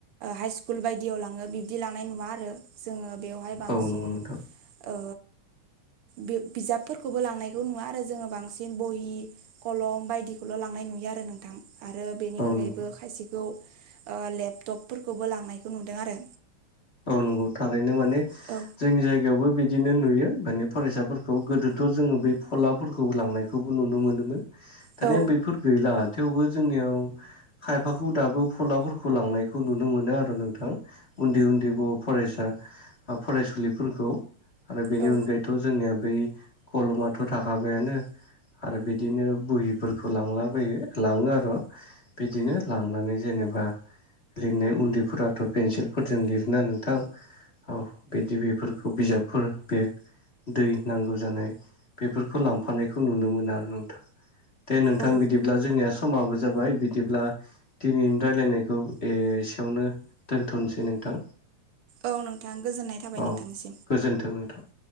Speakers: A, on the right; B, on the left.
A: हाइष्कुल बायदियाव लाङो बिब्दि लांनाय नुवा आरो। जोंङो बेवहाय बांसिन
B: औ नंगौ नोंथां
A: ओ बि बिजाब। फोरखौबो लांनायखौ नुवा आरो जोंङो बांसिन बहि। कलम बायदिखौल' लांनाय नुयो आरो नोंथां आरो बेनि
B: औ
A: अनगायैबो
B: नंगौ
A: खायसेखौ। ओ लेपटपफोरखौबो लांनायखौ नुदों आरो।
B: औ नंगौ थारैनो माने
A: औ
B: जोंनि जायगायावबो बिदि बिदिनो नुयो माने फरायसाफोरखौ गोदोथ' जोंङो बै फलाफोरखौ लांनायखौबो नुनो मोनोमोन।
A: औ
B: दानिया बेफोर गैला थेवबो जोंनियाव। खायफाखौ दाबो फलाफोरखौ लांनायखौ नुनो मोनो आरो नोंथां उन्दै उन्दै गुब फरायसा फरायसुलिफोरखौ आरो बेनि
A: औ
B: अनगायै। दाथ' जोंनिया बै कलमाथ' थाखाबायानो। आरो बिदिनो बहिफोरखौ लांला बायो लाङो आरो। बिदिनो लांनानै जेनेबा लिरनाय उन्दैफोराथ' पेन्सिलफोरजों लि ना नोंथां औ बिदि बेफोरखौ बिजाबफोर बे। दै नांगौ जानाय बेफोरखौ लांफानायखौ नुनो मोन आरो नोंथां‌। दे नोंथां
A: औ
B: बिदिब्ला जोंनिया समाबो जाबाय बिदिब्ला। दिनैनि रायज्लायनायखौ एसेयावनो दोनथ'नोसै नोंथां।
A: औ नोंथां गोजोननाय थाबाय
B: औ
A: नोंथांनिसिम
B: गोजोन्थों नोंथां।